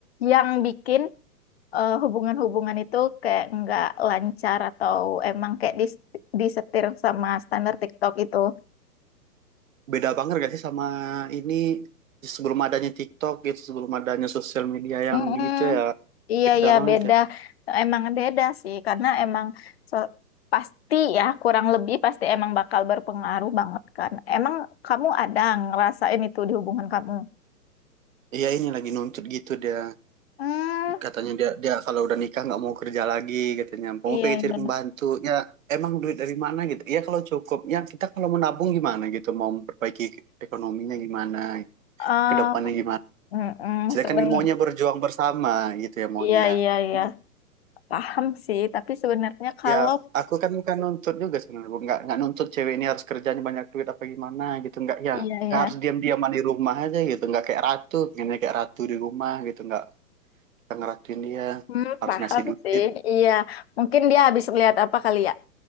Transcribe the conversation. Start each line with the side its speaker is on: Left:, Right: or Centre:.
Left: yang bikin eh, hubungan-hubungan itu kayak nggak lancar atau emang kayak dis- disetir sama standar TikTok itu.
Right: Beda banget gak sih sama ini sebelum adanya TikTok gitu, sebelum adanya sosial media yang
Left: Mm-mm.
Right: gitu ya.
Left: Iya
Right: Beda
Left: ya
Right: banget
Left: beda,
Right: ya.
Left: emang beda sih karena emang so- pasti ya kurang lebih pasti emang bakal berpengaruh banget kan. Emang kamu ada ngerasain itu di hubungan kamu?
Right: Iya ini lagi nuntut gitu dia
Left: Hmm,
Right: katanya dia dia kalau udah nikah nggak mau kerja lagi katanya mau
Left: iya
Right: pengen
Left: iya.
Right: cari pembantu ya emang duit dari mana gitu ya kalau cukup ya kita kalau menabung gimana gitu mau memperbaiki ekonominya gimana
Left: Ah,
Right: kedepannya depannya gimana
Left: mm-mm,
Right: sedangkan
Left: seben,
Right: maunya berjuang bersama gitu ya maunya
Left: iya iya iya
Right: Cuman,
Left: paham sih. Tapi sebenarnya kalau
Right: ya aku kan bukan nuntut juga sebenarnya Bu. nggak nggak nuntut cewek ini harus kerjanya banyak duit apa gimana gitu nggak ya
Left: iya iya,
Right: nggak harus diam-diaman di rumah aja gitu nggak kayak ratu pengennya kayak ratu di rumah gitu nggak kita ngeratuin dia
Left: hmm,
Right: harus
Left: paham
Right: ngasih duit
Left: sih. Iya, mungkin dia habis lihat apa kali ya?